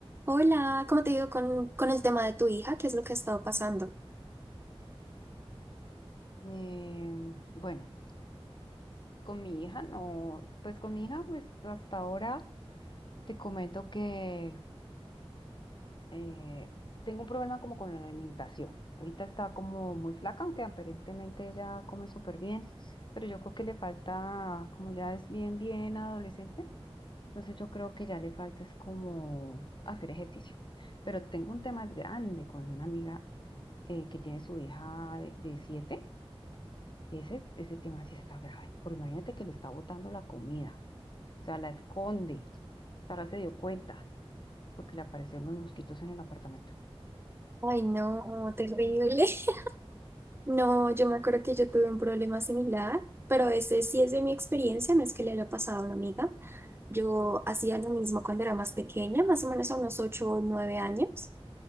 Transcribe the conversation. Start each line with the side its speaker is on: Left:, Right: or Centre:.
Right: Hola, ¿cómo te digo con, con el tema de tu hija? ¿Qué es lo que ha estado pasando?
Left: Em, bueno, con mi hija no, pues con mi hija, pues hasta ahora te comento que eh, tengo un problema como con la alimentación. Ahorita está como muy flaca, aunque aparentemente ella come súper bien, pero yo creo que le falta, como ya es bien, bien adolescente, entonces yo creo que ya le falta es como hacer ejercicio. Pero tengo un tema grande con una amiga eh, que tiene su hija de, de siete. Ese, ese tema sí está grave, porque imagínate que le está botando la comida, o sea, la esconde. Ahora se dio cuenta, porque le aparecieron los mosquitos en el apartamento.
Right: Ay, no, terrible. <laughs> No, yo me acuerdo que yo tuve un problema similar, pero ese sí es de mi experiencia, no es que le haya pasado a una amiga. Yo hacía lo mismo cuando era más pequeña, más o menos a unos 8, o 9 años.